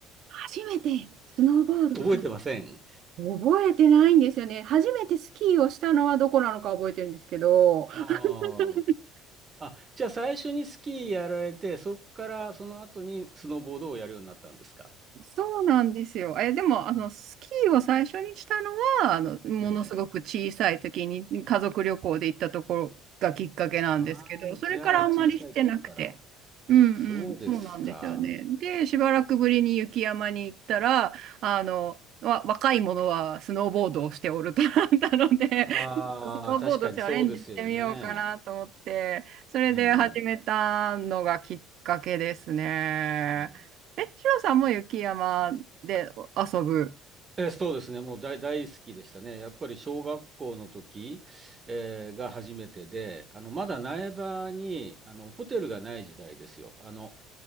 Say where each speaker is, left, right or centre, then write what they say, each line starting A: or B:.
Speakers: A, on the right (about 60°); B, on the right (about 35°).
A: 初めてスノーボードをしたの
B: 覚えてません。
A: 覚えてないんですよね。初めてスキーをしたのはどこなのか覚えてるんですけど。<laughs>
B: あーあ、じゃあ最初にスキーやられて、そこからその後にスノーボードをやるようになったんですか
A: そうなんですよ。え、でも、あの、
B: うん
A: スキーを最初にしたのは、あの、ものすごく小さい時に家族旅行で行ったところがきっかけなんですけど、
B: ええ。ああ、
A: それからあんまりしてなくて。
B: じゃあ小さい頃から。
A: うんうん、
B: そうですか。
A: そうなんですよね。で、しばらくぶりに雪山に行ったら、あの、わ、若い者はスノーボードをしておるとなったので、
B: ああ、
A: スノーボードチャレンジしてみようかなと思って、
B: 確かにそうですよね。
A: それで始めたのがきっかけですね。
B: ええ。うん
A: え、シロさんも雪山で遊ぶ。
B: えーそうですね、もう大、大好きでしたね。やっぱり小学校の時、えーが初めてで、あの、まだ苗場に、あの、ホテルがない時代ですよ。あの、